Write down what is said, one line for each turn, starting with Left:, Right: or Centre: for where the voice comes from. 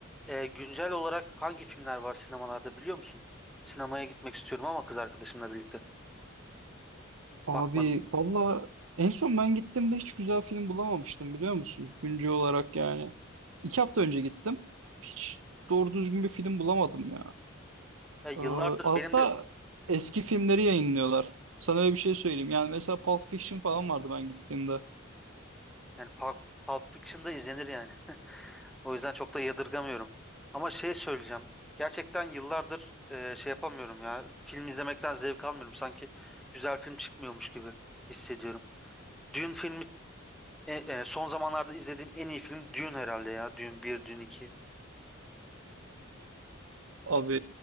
Centre: Ee, güncel olarak hangi filmler var sinemalarda biliyor musun? Sinemaya gitmek istiyorum ama kız arkadaşımla birlikte.
Right: Abi
Centre: Bakmadım.
Right: valla en son ben gittiğimde hiç güzel film bulamamıştım biliyor musun? Güncel olarak yani. İki hafta önce gittim. Hiç doğru düzgün bir film bulamadım ya.
Centre: Ya yıllardır
Right: Ee, altta
Centre: benim de
Right: eski filmleri yayınlıyorlar. Sana öyle bir şey söyleyeyim. Yani mesela Pulp Fiction falan vardı ben gittiğimde.
Centre: yani Pulp, Pulp Fiction'da izlenir yani. <laughs> O yüzden çok da yadırgamıyorum. Ama şey söyleyeceğim. Gerçekten yıllardır e, şey yapamıyorum ya. Film izlemekten zevk almıyorum. Sanki güzel film çıkmıyormuş gibi hissediyorum. Dune filmi e, e, son zamanlarda izlediğim en iyi film Dune herhalde ya. Dune bir Dune iki.
Right: Abi